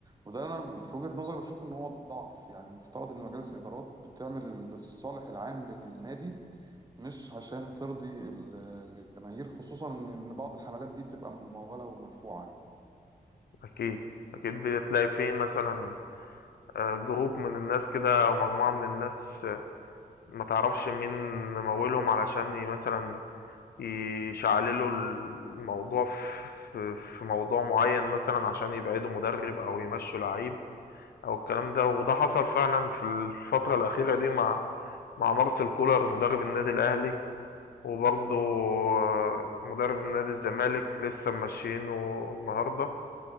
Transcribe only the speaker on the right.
وده أنا في وجهة نظري بشوف إن هو ضعف يعني مفترض إن مجالس الإدارات بتعمل الصالح العام للنادي مش عشان ترضي ال- الجماهير خصوصا ان بعض الحملات دي بتبقى ممولة ومدفوعة